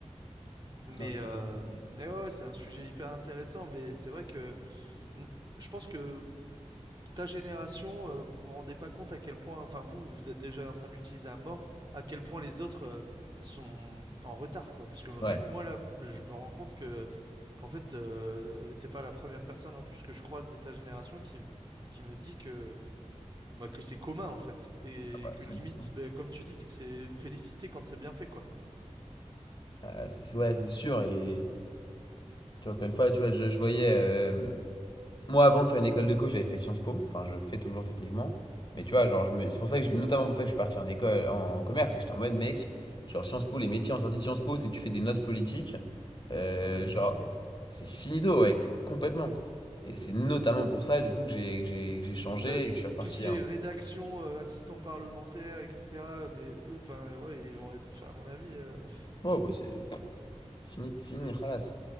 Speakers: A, on the right; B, on the left.
A: Mais,
B: non, complètement.
A: euh, mais ouais, ouais, c'est un sujet hyper intéressant, mais c'est vrai que mm, je pense que ta génération, euh, vous vous rendez pas compte à quel point, enfin vous, vous êtes déjà en train d'utiliser l'utiliser à mort, à quel point les autres euh, sont en retard, quoi. Parce que rien
B: Ouais,
A: que moi là, je me rends compte que qu'en fait, euh, t'es pas la première personne en plus que je croise de ta génération qui qui me dit que bah, que c'est commun en fait et
B: Ah bah,
A: que
B: 100%.
A: limite, bah, comme tu dis, que c'est félicité quand c'est bien fait, quoi.
B: Euh, c'est, c'est- ouais, c'est sûr. Et tu vois, encore une fois, tu vois, je, je voyais. euh, Moi, avant de faire une école de co, j'avais fait Sciences Po. Enfin, je fais toujours techniquement. Mais tu vois, genre, je me... c'est pour ça que je- notamment pour ça que je suis parti en école, en, en commerce, c'est que j'étais en mode, mec, genre, Sciences Po, les métiers en sortie de Sciences Po, si tu fais des notes politiques, euh,
A: Non, bah, c'est
B: genre,
A: fini.
B: c'est finito, ouais, complètement. Et c'est notamment pour ça, du coup, que j'ai que j'ai que j'ai changé
A: Bah,
B: et que je suis reparti
A: tout ce qui est rédaction, euh, assistant parlementaire, etc. Mais eux, enfin, ouais, ils vont être, 'fin, à mon avis. euh,
B: Ouais, bah, c'est fini, fini,
A: c'est-
B: halas.